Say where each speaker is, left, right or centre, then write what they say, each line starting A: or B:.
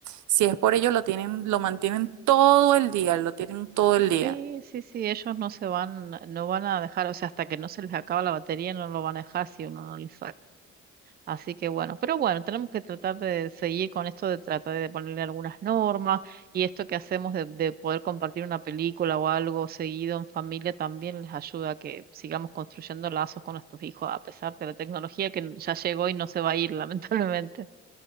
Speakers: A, on the right; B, on the right.
A: Si es por ello, lo tienen, lo mantienen todo el día, lo tienen todo el
B: Sí,
A: día.
B: sí, sí, ellos no se van, no van a dejar, o sea, hasta que no se les acaba la batería no lo van a dejar si uno no les Así que bueno, pero bueno, tenemos que tratar de seguir con esto de tratar de ponerle algunas normas y esto que hacemos de, de poder compartir una película o algo seguido en familia también les ayuda a que sigamos construyendo lazos con nuestros hijos a pesar de la tecnología que ya llegó y no se va a ir <laughs> lamentablemente.